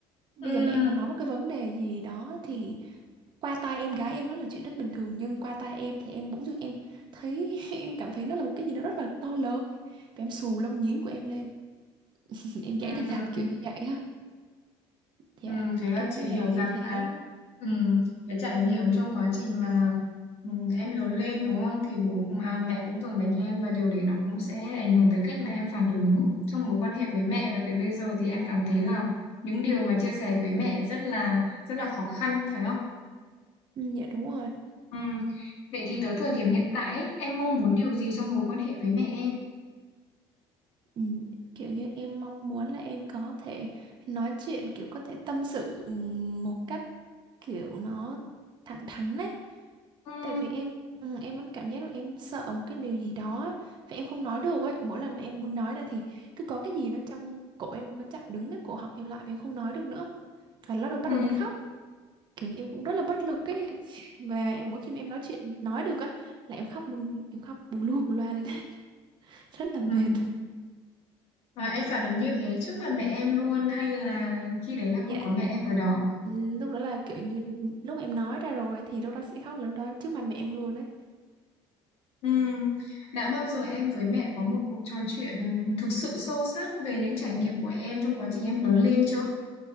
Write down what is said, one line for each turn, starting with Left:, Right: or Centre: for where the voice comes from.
Right: Bây
Left: ừ,
Right: giờ mẹ em mà nói một cái vấn đề gì đó thì qua tai em gái em nó là chuyện rất bình thường nhưng qua tai em thì em bỗng dưng em thấy <laughs> em cảm thấy nó là một cái gì đó rất là to lớn và em xù lông nhím của em lên <laughs> em
Left: ừ.
Right: giải đành đạch kiểu như vậy á dạ
Left: Ừ, thế là
Right: cái vấn
Left: chị hiểu
Right: đề
Left: rằng
Right: như thế
Left: là ừm, cái trải nghiệm trong quá trình mà ừm, em lớn lên đúng không thì bố cũng à, mẹ cũng thường đánh em và điều đấy nó cũng sẽ ảnh hưởng tới cách mà em phản ứng trong mối quan hệ với mẹ và tới bây giờ thì em cảm thấy là những điều mà chia sẻ với mẹ rất là rất là khó khăn phải không?
Right: ừ, dạ đúng rồi
Left: Ừm, Vậy thì tới thời điểm hiện tại ấy, em mong muốn điều gì trong mối quan hệ với mẹ em?
Right: Ừ, kiểu như em mong muốn là em có thể nói chuyện kiểu có thể tâm sự ừ, một cách kiểu nó thẳng thắn ấy
Left: Ừ,
Right: tại vì em ừ, em vẫn cảm giác là em sợ một cái điều gì đó á, và em không nói được ấy mỗi lần mà em muốn nói ra thì cứ có cái gì nó trong cổ em nó chặn đứng cái cổ họng em lại và em không nói được nữa và lúc đầu bắt
Left: ừ,
Right: đầu muốn khóc kiểu như em cũng rất là bất lực ấy <laughs> và em- mỗi khi mà em nói chuyện nói được á là em khóc luôn em khóc bù lu bù loa lên <laughs> rất là mệt
Left: ừ. Và em phản ứng như thế trước mặt mẹ em luôn hay là khi đấy là
Right: dạ
Left: không có mẹ em ở đó?
Right: Ừ, lúc đó là kiểu như lúc mà em nói ra rồi ấy, thì lúc đó sẽ khóc là lúc đó trước mặt mẹ em luôn đấy
Left: Ừm, đã bao giờ em với mẹ có một cuộc trò chuyện thực sự sâu sắc về những trải nghiệm của em trong quá trình em lớn lên chưa?